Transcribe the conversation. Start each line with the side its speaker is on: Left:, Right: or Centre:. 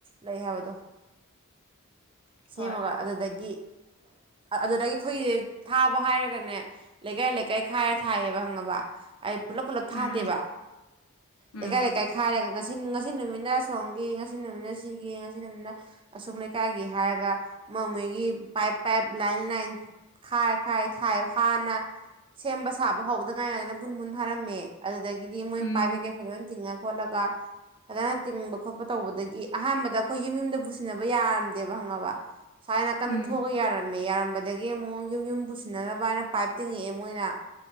Right: ꯂꯩ ꯍꯥꯏꯕꯗꯣ ꯁꯦꯝꯃꯒ
Left: ꯍꯣꯏ
Right: ꯑꯗꯨꯗꯒꯤ ꯑꯗꯨꯗꯒꯤ ꯐꯨꯏ ꯊꯥꯕ ꯍꯥꯏꯔꯒꯅꯦ ꯂꯩꯀꯥꯏ ꯂꯩꯀꯥꯏ ꯈꯥꯏꯔ ꯊꯥꯏꯑꯕ ꯍꯪꯉꯕ ꯑꯥꯏ ꯄꯨꯂꯞ ꯄꯨꯂꯞ ꯊꯥꯗꯦꯕ
Left: ꯎꯝ ꯎꯝ
Right: ꯂꯩꯀꯥꯏ ꯂꯩꯀꯥꯏ ꯈꯥꯏꯔꯒ ꯉꯁꯤ ꯉꯁꯤ ꯅꯨꯃꯤꯠꯅ ꯁꯣꯝꯒꯤ ꯉꯁꯤ ꯅꯨꯃꯤꯠꯅ ꯁꯤꯒꯤ ꯉꯁꯤ ꯅꯨꯃꯤꯠꯅ ꯑꯁꯣꯝ ꯂꯩꯀꯥꯏꯒꯤ ꯍꯥꯏꯔꯒ ꯃꯣꯃꯣꯏꯒꯤ ꯄꯥꯏꯞ ꯄꯥꯏꯞ ꯂꯥꯏꯟ ꯂꯥꯏꯟ ꯈꯥꯏꯔ ꯈꯥꯏꯔ ꯊꯥꯏ ꯍꯥꯟꯅ ꯁꯦꯝꯕ ꯁꯥꯕ ꯍꯧꯗꯉꯥꯏꯉꯥꯏꯅ ꯄꯨꯟ ꯄꯨꯟ ꯊꯥꯔꯝꯃꯦ ꯑꯗꯨꯗꯒꯤꯗꯤ ꯃꯣꯏ
Left: ꯎꯝ
Right: ꯄꯥꯏꯞ ꯀꯩ ꯀꯩ ꯐꯖꯅ ꯇꯤꯡꯉ ꯈꯣꯠꯂꯒ ꯐꯖꯅ ꯇꯤꯡꯕ ꯈꯣꯠꯄ ꯇꯧꯕꯗꯒꯤ ꯑꯍꯥꯟꯕꯗ ꯑꯈꯣꯏ ꯌꯨꯝ ꯌꯨꯝꯗ ꯄꯨꯁꯤꯟꯅꯕ ꯌꯥꯔꯝ ꯗꯦꯕ ꯍꯪꯉꯕ ꯁꯋ꯭ꯥꯏꯅ ꯀꯟꯅ
Left: ꯎꯝ
Right: ꯊꯣꯛꯑ ꯌꯥꯔꯝꯃꯦ ꯌꯥꯔꯝꯕꯠ ꯗꯒꯤ ꯑꯃꯨꯛ ꯌꯨꯝ ꯌꯨꯝ ꯄꯨꯁꯤꯟꯅꯅꯕ ꯍꯥꯏꯅ ꯄꯥꯏꯞ ꯇꯤꯡꯉꯛꯑꯦ ꯃꯣꯏꯅ